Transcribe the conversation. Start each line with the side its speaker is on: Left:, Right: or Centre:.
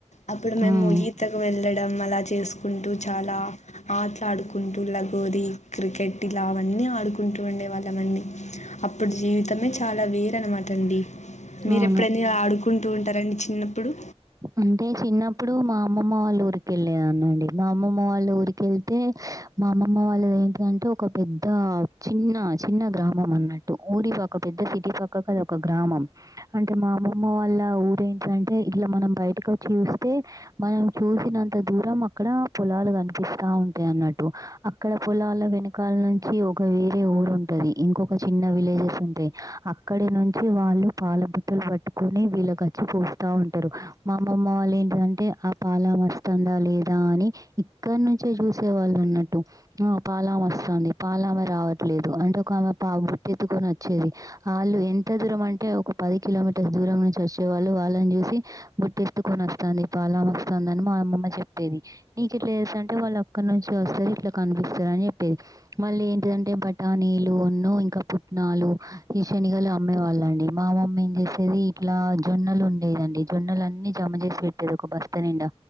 Left: అప్పుడు మేము
Right: ఉమ్,
Left: ఈతకు వెళ్లడం అలా చేస్ కుంటూ చాలా ఆ ఆడుకుంటూ లాగోరి క్రికెట్ ఇలా అవన్నీ ఆడుకుంటూ ఉండేవాళ్ళమండి అప్పుడు జీవితమే చాలా వేర అనమాటండి మీరు
Right: అవును
Left: ఎప్పుడని ఆడుకుంటూ ఉంటార అండి చిన్నప్పుడు
Right: అంటే చిన్నప్పుడు మా అమ్మమ్మ వాళ్ళు ఊరికి వెళ్ళేదాన్ని అండి మా అమ్మమ్మ వాళ్ళ ఊరికి వెళ్తే మా అమ్మమ్మ వాళ్ళది ఏంటంటే ఒక పెద్ద చిన్న చిన్న గ్రామం అన్నట్టు ఊరి ఒక పెద్ద సిటీ పక్క అద ఒక గ్రామం అంటే మా అమ్మమ్మ వాళ్ళ ఊరేంటంటే ఇలా మనం బయటకు వచ్చి చూస్తే మనం చూసినంత దూరం అక్కడ పొలాలు కనిపిస్తా ఉం అన్నట్టు అక్కడ పొలాల వెనకాల నుంచి ఒక వేరే ఊరుంటది ఇంకొక చిన్న విలే అక్కడి నుంచి వాళ్ళు పాల బుట్టలు పట్టుకొని వీళ్ళకచ్చి పూస్తా ఉన్ మా అమ్మమ్మ వాళ్ళు ఏంటంటే ఆ పాల వస్తాందా లేదా అని ఇక్కనుంచే చూ చూసేవాళ్ళు ఉన్నట్టు ఆ పాలామె వస్తాంది పాల ఆమె రావట్లేదు అంటే ఒక ఆమె పా బుట్ట ఎత్తుకు వచ్చేది వాళ్ళు ఎంత దూరం అంటే ఒక పది కిలోమీటర్స్ దూరం నుంచి వచ్చే వాళ్ళు వాళ్ళని చూసి బుట్టి ఎత్తుకొని వస్తాంది పాలామె వస్తాంది అని మా అమ్మమ్మ చెప్పేది నీకిట్లా చేస్తాంటే వాళ్ళక్క వస్తది ఇట్లా కనిపిస్తారని చెప్పేది మళ్ళీ ఏంటిదంటే బటానీలున్ను ఇంకా పుట్న నాలుగు ఈ శనిగలు అమ్మే వాళ్ళ అండి మా మమ్మీ ఏం జేసేది ఇట్లా జొన్నలు ఉండేదండి జొన్నలు అన్నీ జమ చేసి పెట్టేది ఒక బస్తా నిండా